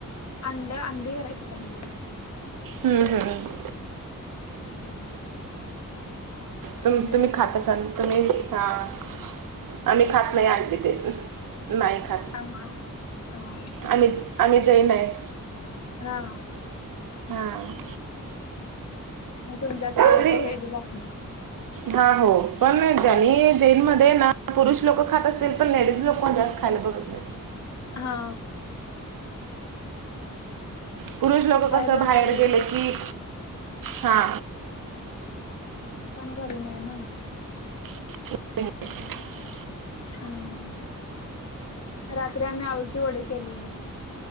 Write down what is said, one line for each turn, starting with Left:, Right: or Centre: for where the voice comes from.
Left: अंड, अंडी करायचे अडी
Right: हम्, हम्..
Left: हम्.. <inaudible>
Right: तुम तुम्ही
Left: मसाला
Right: खाता
Left: करायचा
Right: असल तुम्ही हां.. आम्ही खात नाही अंडी ते, नाही खात
Left: हा हा हा
Right: आम्हीओ. आम्ही जैन आहे.
Left: हा.
Right: हम.
Left: तुमच्यात
Right: तरी
Left: सारखं व्हेज असते.
Right: हा हो पण ज्यांनी जैनमध्ये ना पुरुष लोक खात असतील पण लेडीज लोक म्हण जात. ॅलभघसलं. <unintelligible>
Left: हा.
Right: पुरुष लोक कस
Left: जाऊन
Right: बाहेर
Left: वगैरे
Right: गेले की. हा.
Left: पण करण आहे ना. <unintelligible>
Right: <unintelligible>
Left: हम्म. रात्री आम्ही अळू ची वडी केलेली.